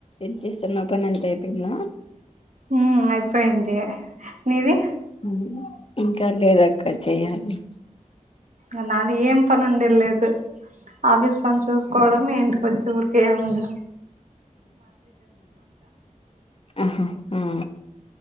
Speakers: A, on the left; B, on the right.
A: ఏం చేస్తున్నావ్ పని అంతా అయిపోయింద.
B: ఉ అయిపోయింది నీది
A: హ ఇంకా లేదక్క చెయాలి
B: అ నాది ఏం పని ఉండే లేదు ఆఫీస్ పనిచూసుకోవడం ఏంటి కొంచ ఊరికేఉంది
A: ఆహా ఆ